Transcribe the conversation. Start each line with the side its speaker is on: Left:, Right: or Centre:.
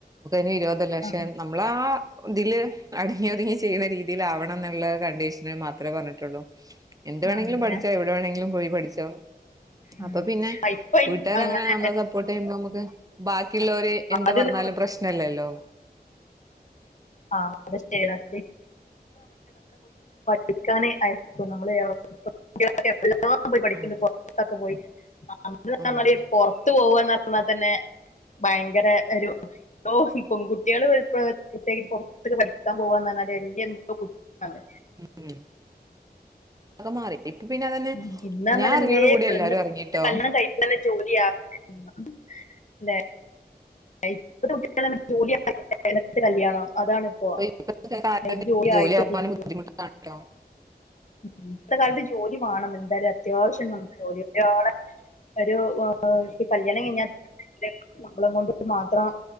Right: ന് ഇരുപത് ലഷം
Left: ആഹ്
Right: നമ്മളാ ഇതില് അടങ്ങി ഒതുങ്ങി ചെയ്യുന്ന രീതലാവണം എന്നുള്ള കണ്ടീഷന് മാത്രമേ പറഞ്ഞിട്ടുള്ളൂ എന്ത് വേണെങ്കിലും
Left: ആണല്ലേ
Right: പഠിച്ചോ എവിടെ വേണമെങ്കിലും പോയി പഠിച്
Left: ഉം
Right: അപ്പൊ പിന്നെ
Left: ഇപ്പൊ
Right: വീട്ടുകാരങ്ങനെ
Left: അങ്ങനെ
Right: നമ്മളെ സപ്പോർട്ട് ചെയ്യുമ്പോ നമുക്ക് ബാക്കിയുള്ളവര് എന്ത്
Left: ആദ്യം
Right: പറഞ്ഞാലും പ്രശ്നില്ലല്ലോ
Left: ആ <unintelligible> <unintelligible> വിക്കാനെ ആയിരിക്കും നമ്മള് <unintelligible> <inaudible> പോയി പഠിക്കണ്ട്
Right: ആഹ്
Left: പോറത്തൊക്കെ പോയി <unintelligible>
Right: ആഹ്
Left: പൊറത്ത് പോ ന്നാ തന്നെ ഭയങ്കര ഒരു ഓ ഈ പെങ്കുട്ടികള് <unintelligible> പുറത്ത പഠിക്കാൻ പോവുവാന്ന് പറഞ്ഞാല് വലിയ എന്തോ കുറ്റാണ്
Right: ഉം കെ മാറി ഇപ്പൊ പിന്നെ അതന്നെ
Left: ഉം ഇന്ന്
Right: ഞാൻ
Left: പറഞ്ഞാ
Right: ഇറങ്ങിയോട് കൂടി എല്ലാരും ഇറങ്ങിട്ടോ
Left: <unintelligible> കഴിക്കണം ഒരു ജോലിയ <unintelligible> അതെ <unintelligible> <unintelligible> കല്യാണം അതാണ് ഇപ്പോ
Right: <unintelligible>
Left: ഒരു ജോലി
Right: ജോലിയാവാനും
Left: ആയിട്ട് മതി.
Right: ബുദ്ധിമുട്ടാണ
Left: ഉം.
Right: കേട്ടോ
Left: ഇന്നത്തെ കാലത്ത് ജോലി മാണം എന്തായാലും അത്യാവശ്യം നമ്മ ജോലി ഒരാളെ ഒരു കല്യാണം കഴിഞ്ഞാ നമ്മളെക്കൊണ്ട് മാത്രം